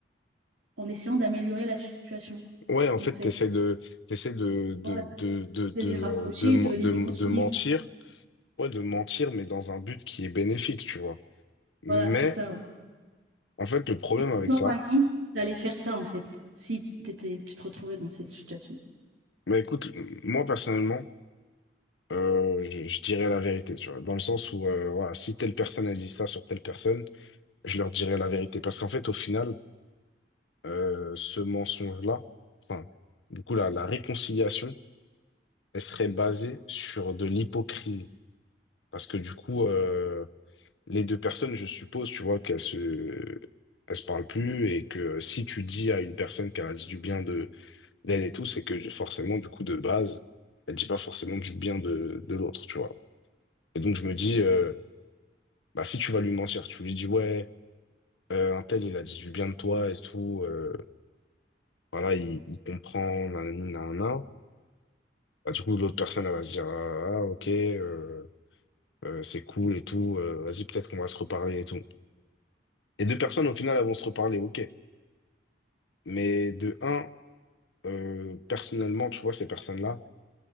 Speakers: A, on the right (about 90°); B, on the left (about 85°).
A: en essayant d'améliorer la situation,
B: Ouais, en fait,
A: en fait.
B: t'essaies de, t'essaies de, de,
A: Voilà.
B: de, de, de,
A: de les
B: euh,
A: rapprocher
B: de, men-
A: et de les
B: de,
A: réconcilier.
B: de mentir, ouais, de mentir, mais dans un but qui est bénéfique, tu vois. Mais
A: Voilà, c'est ça. ouais.
B: En fait, le problème
A: Et
B: avec
A: toi,
B: ça,
A: par exemple, t'allais faire ça en fait, si t'étais, tu te retrouvais dans cette situation.
B: mais écoute, moi personnellement, euh, je, je dirais la vérité, tu vois, dans le sens où, euh, voilà, si telle personne a dit ça sur telle personne, je leur dirais la vérité. Parce qu'en fait, au final, euh, ce mensonge-là, enfin, du coup, la, la réconciliation, elle serait basée sur de l'hypocrisie. Parce que du coup, euh, les deux personnes, je suppose, tu vois, qu'elles se, elles se parlent plus et que si tu dis à une personne qu'elle a dit du bien d'elle et tout, c'est que j'ai forcément, du coup, de base, elle dit pas forcément du bien de, de l'autre, tu vois. Et donc, je me dis, euh, bah, si tu vas lui mentir, tu lui dis, ouais, euh, un tel, il a dit du bien de toi et tout, euh, voilà, il, il comprend, nanani, nanana. Bah, du coup, l'autre personne, elle va se dire, ah, ah, ok, euh, euh, c'est cool et tout, euh, vas-y, peut-être qu'on va se reparler et tout. Et deux personnes, au final, elles vont se reparler, ok. Mais de un, euh, personnellement, tu vois, ces personnes-là,